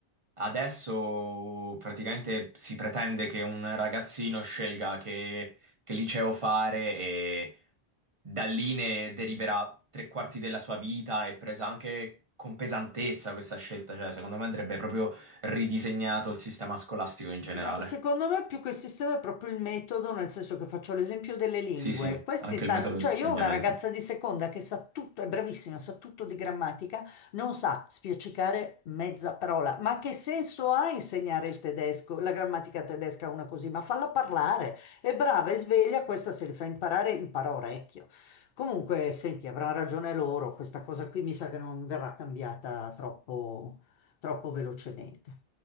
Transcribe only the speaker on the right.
adesso praticamente si pretende che un ragazzino scelga che, che liceo fare e da lì ne deriverà tre quarti della sua vita e presa anche con pesantezza questa scelta. Cioè, secondo me andrebbe proprio ridisegnato il sistema scolastico in generale.
Sì, sì,
anche
il metodo
di insegnamento.